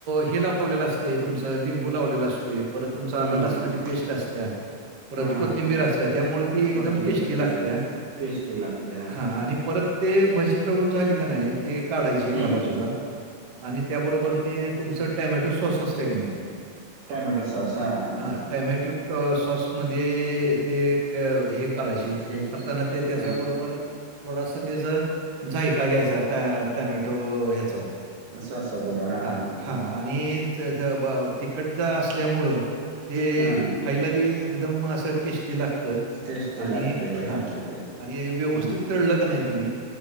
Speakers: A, on the right; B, on the right.
A: हिला लावलेला असत तुमच लिंबू लावलेला असतोय परत तुमच आलं
B: हां हां
A: लसणाची
B: हां हां
A: पेस्ट असत्या. परत
B: हां
A: कोथिंबीर
B: हां हां
A: असत्या
B: हां
A: त्यामुळे ती एकदम
B: कोथिंबीर
A: टेस्टी
B: असते
A: लागत्या.
B: ते टेस्टी लागते हा
A: हां
B: हा
A: आणि
B: ह
A: परत ते भजी तळून झाली का नाही ते काढायची एका
B: हां
A: बाजूला. आणि त्याबरोबर ते तुमच टॅमॅटो सॉस असत की नाही
B: टमॅटो साॉस हा हा हा
A: हां
B: हा
A: टॅमॅटो सॉसमध्ये ते हे करायचे
B: ठीक
A: खाताना ते त्याच्याबरोबर
B: हां
A: थोडास त्याचा जायका घ्यायचा टा टमॅटो ह्याचा
B: अस अस गुरु हा
A: हां,
B: हा हा
A: हां
B: हा
A: आणि त्याच ब तिकटचा असल्यामुळ हे
B: हां हां
A: खायला बी एकदम अस टेस्टी लागत.
B: टेस्टी
A: आणि
B: लागते हे
A: हा
B: लागते ते
A: आणि व्यवस्थित
B: हां हां हां
A: तळल का नाही तुम्ही